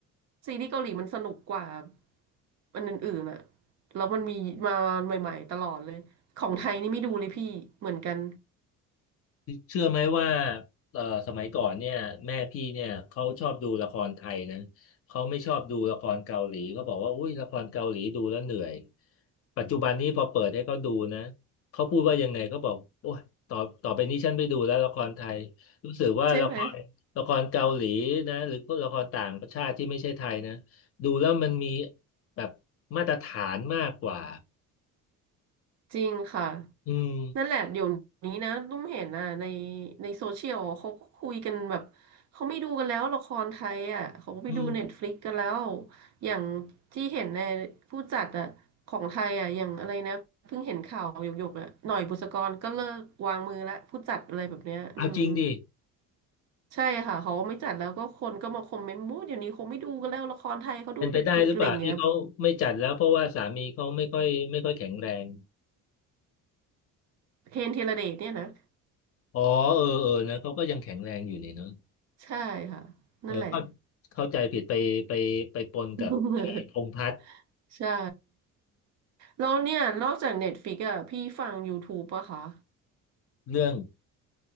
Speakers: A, on the right; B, on the left.
A: ซีรีส์เกาหลีมันสนุกกว่าอันอื่นๆอะแล้วมันมีมาใหม่ๆตลอดเลย ของไทยนี่ไม่ดูเลยพี่เหมือนกัน
B: เชื่อไหมว่าเอ่อสมัยก่อนเนี่ยแม่พี่เนี่ยเขาชอบดูละครไทยนะเขาไม่ชอบดูละครเกาหลีเขาบอกว่าอุ้ยละครเกาหลีดูแล้วเหนื่อยปัจจุบันนี้พอเปิดให้เขาดูนะเขาพูดว่ายังไงเขาบอกโอ้ยต่อต่อไปนี้ฉันไม่ดูแล้วละครไทยรู้สึกว่าละครละครเกาหลีนะหรือละครต่างประชาติที่ไม่ใช่ไทยนะ
A: ใช่ไหม
B: ดูแล้วมันมีแบบมาตรฐานมากกว่า
A: จริงค่ะ
B: อืม
A: นั่นแหละเดี๋ยวนี้นะตุ้มเห็นอ่ะในในโซเชียลเขาก็คุยกันแบบเขาไม่ดูกันแล้วละครไทยอ่ะเขาก็ไปดูเน็ตฟลิกกันแล้ว
B: อืม
A: อย่างที่เห็นในผู้จัดอ่ะของไทยอ่ะอย่างอะไรนะเพิ่งเห็นข่าวหยกๆอ่ะหน่อยบุษกรก็เลิกวางมือละผู้จัดอะไรแบบเนี้ยอืม
B: เอาจริงดิ
A: ใช่ค่ะเขาไม่จัดแล้วก็คนก็มาคอมเมนต์มู้เดี๋ยวนี้คงไม่ดูกันแล้วละครไทยเขาดูเน็ตฟลิกอะไรอย่างเงี้ย
B: เป็นไปได้หรือเปล่าที่เขาไม่จัดแล้วเพราะว่าสามีเขาไม่ค่อยไม่ค่อยแข็งแรง
A: เคนธีรเดชเนี่ยนะ
B: อ๋อเออเออนะเขาก็ยังแข็งแรงอยู่นี่เนาะ
A: ใช่ค่ะนั่นแหละ
B: เออก็เข้าใจผิดไปไปไปปนกับไอ้พงษ์พัฒน์
A: <laughs> ใช่แล้วเนี่ยนอกจาก Netflix อ่ะพี่ฟัง YouTube ปะคะ
B: เรื่อง